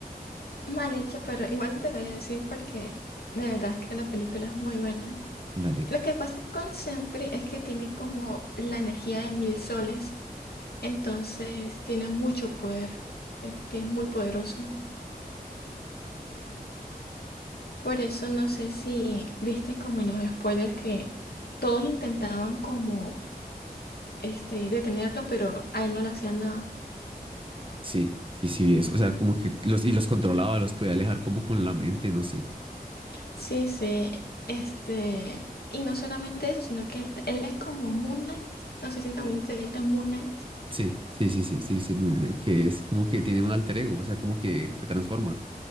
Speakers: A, on the left; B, on the right.
A: Mal hecho, pero igual te lo voy a decir porque de verdad es que la película es muy buena.
B: Dale, pues.
A: Lo que pasa con Sentry es que tiene como la energía de mil soles. Entonces tiene mucho poder, eh, es muy poderoso. Por eso no sé si viste como en los spoilers que todos intentaban como este detenerlo, pero a él no le hacían nada.
B: Sí, sí, sí, vi eso. O sea, como que los, y los controlaba, los podía alejar como con la mente, no sé.
A: Sí, sí, este, y no solamente eso, sino que él, él es como Moon Knight, no sé si también se dice Moon Knight.
B: Sí, sí, sí, sí, sí, sí, Moon Knight, que es como que tiene un alter ego, o sea, como que se transforma.